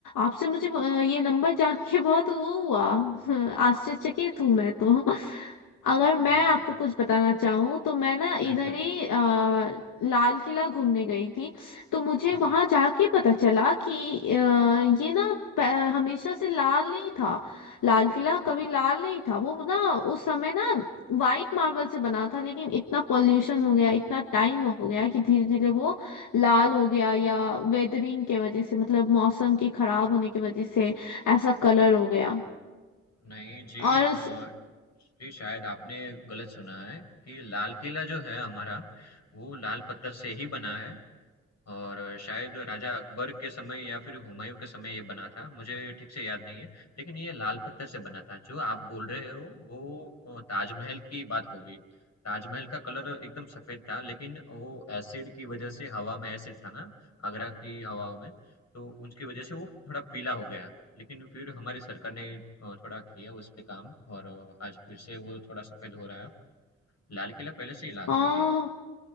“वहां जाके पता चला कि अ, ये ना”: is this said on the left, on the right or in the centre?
Left